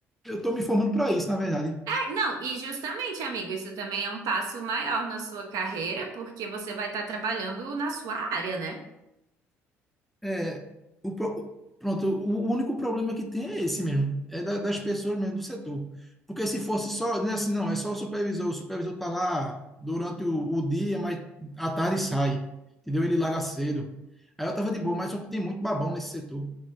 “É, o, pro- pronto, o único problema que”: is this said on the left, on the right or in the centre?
Centre